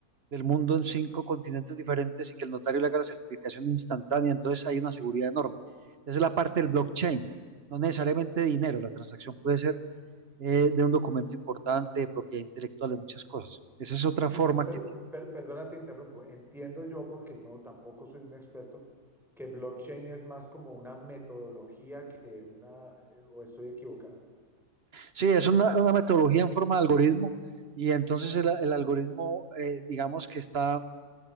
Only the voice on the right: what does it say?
del mundo, en cinco continentes diferentes, y que el notario le haga la certificación instantánea, entonces hay una seguridad enorme. Esa es la parte del blockchain, no necesariamente dinero, la transacción puede ser eh, de un documento importante, de propiedad intelectual, de muchas cosas. Esa es otra forma
que tiene.
Sí, es una, una metodología en forma de algoritmo y entonces el, el algoritmo, eh, digamos que está